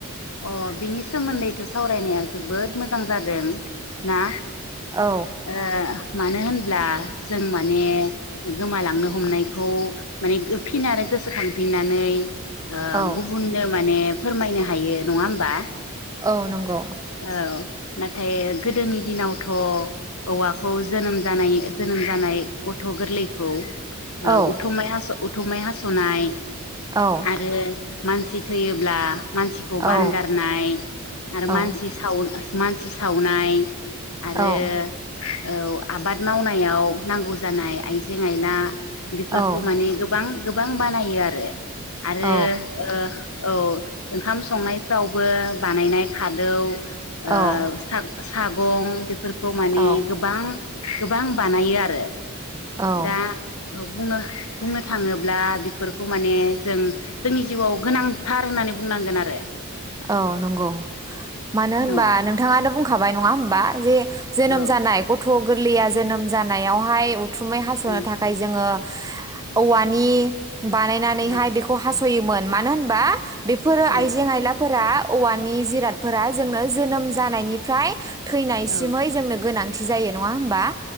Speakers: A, on the left; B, on the right.
A: अ बिनि सोमोन्दैथ' सावरायनाया जोबोद मोजां जादों ना
B: औ
A: ओ मानो होन अब्ला जों माने गोमालांनो हमनायखौ माने फिन आरो गोसोखांफिननानै ओ
B: औ
A: गुबुननो माने फोरमायनो हायो नङा होमबा?
B: औ नंगौ
A: औ नाथाय गोदोनि दिनावथ' औवाखौ जोनोम जानाय जोनोम जानाय गथ' गोरलैखौ ओ
B: औ
A: उथुमाइ हास' उथुमै हास'नाय
B: औ
A: आरो मानसि थैयोब्ला बान
B: औ
A: गारनाय आरो
B: औ
A: मानसि साव मानसि सावनाय आरो
B: औ
A: औ आबाद मावनायाव नांगौ जानाय आइजें-आइला। बेफोरखौ
B: औ
A: माने गोबां गोबां बानायो आरो। आरो
B: औ
A: ओ। औ ओंखाम संनायफ्रावबो बानायनाय खादौ
B: औ
A: ओ सागं सागं। फोरखौ माने
B: औ
A: गोबां गोबां बानायो आरो।
B: औ
A: दा औ बुंनो बुंनो थाङोब्ला बेफोरखौ माने जों जोंनि जिउआव गोनांथार होननानै बुंनांगोन आरो।
B: औ नंगौ मानो होनबा
A: औ
B: नोंथाङाथ बुंखाबाय नंङा होमबा? जे जोनोम
A: औ
B: जानाय गथ' गथ' गोरलैया जोनोम जानायावहाय उथुमै हास'नो
A: औ
B: थाखाय जोंङो <inaudible> औवानि बानायनानैहाय
A: औ
B: बेखौ हास' सयोमोन मानो होनबा बेफोरो
A: औ
B: आइजें-आइला फोरा औवानि जिरादफोरा जोंनो जोनोम जानायनिफ्राय थैनायसिमहै
A: औ
B: जोंनो गोनां थि जायो नंङा होमबा?